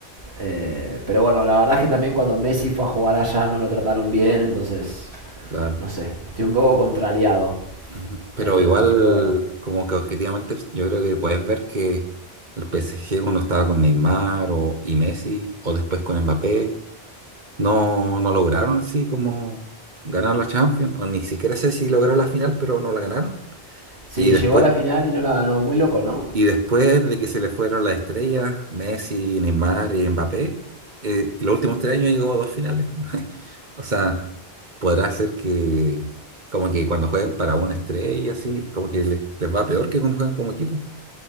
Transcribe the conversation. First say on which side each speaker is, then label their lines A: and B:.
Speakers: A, on the right; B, on the right.
A: Eh, pero bueno, la verdad es que también cuando Messi fue a jugar allá no lo trataron bien, entonces,
B: claro.
A: no sé, estoy un poco contrariado.
B: Ujú. Pero
A: Eh,
B: igual,
A: pero bueno,
B: como que objetivamente, pues, yo creo que puedes ver que el PSG cuando estaba con Neymar o, y Messi, o después con Mbappé, no, no lograron así como ganar la Champions, o ni siquiera sé si lograron la final, pero no la ganaron.
A: sí,
B: Y después,
A: llegó a la final y no la ganó, muy loco, ¿no?
B: Y después de que se le fueron las estrellas, Messi, Neymar y Mbappé, eh, los últimos tres años llegó a dos finales. <laughs> O sea, podrá ser que como que cuando juegan para una estrella, así, como que le- les va peor que cuando juegan como equipo.